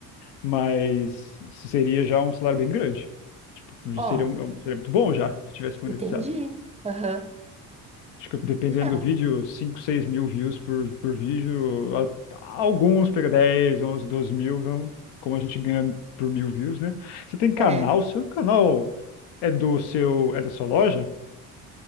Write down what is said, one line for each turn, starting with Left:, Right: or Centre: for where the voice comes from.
Left: mas seria já um salário bem grande. Tipo,
Right: Ó,
Left: seria, um, um, seria muito bom já, se tivesse monetizado.
Right: entendi. Aham.
Left: Acho que dependendo
Right: Não.
Left: do vídeo, 5, seis mil views por, por vídeo. A- Alguns pega 10, 11, 12 mil, vão, como a gente ganha por mil views, né? Você tem canal,
Right: É.
Left: seu canal é do seu, é da sua loja?